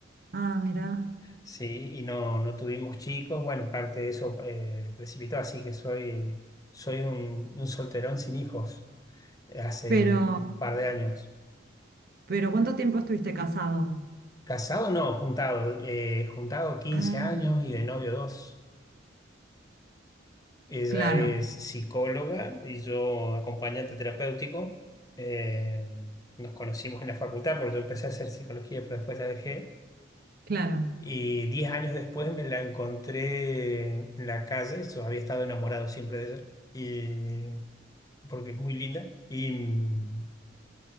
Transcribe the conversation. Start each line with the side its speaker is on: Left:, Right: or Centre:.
Right: Ah, mira.
Left: sí, y no, no tuvimos chicos. Bueno, parte de eso eh, precipitó, así que soy, soy un, un solterón sin hijos eh, hace
Right: Pero,
Left: un par de años.
Right: pero ¿cuánto tiempo estuviste casado?
Left: Casado no, juntado, eh, juntado quince
Right: Ah,
Left: años y de novio dos. Ella
Right: claro,
Left: es psicóloga y yo acompañante terapéutico. Eh, nos conocimos en la facultad porque yo empecé a hacer psicología, pero después la dejé.
Right: claro.
Left: Y 10 años después me la encontré en la calle, yo había estado enamorado siempre de ella, y, porque es muy linda. Y, mm,